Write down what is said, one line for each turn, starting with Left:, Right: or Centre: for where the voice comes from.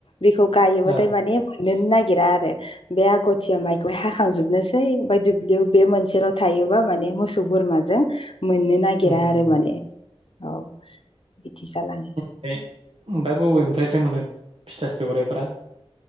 Left: बेखौ गायोबाथाय
Right: औ
Left: माने फुनोनो नागिरा आरो। बे आगथिया माइखौहाय हाखांजोबनोसै ओमफ्राय दुब्लियाव बे मोनसेल' थायोबा माने मो सौ बोरमाजों मोननो नागिरा
Right: ओमफ्राय
Left: आरो माने औ बिदि जालाङो।
Right: <unintelligible> ओमफाय बबेनिफ्रायथो मोनो फिथा सौराइफ्रा?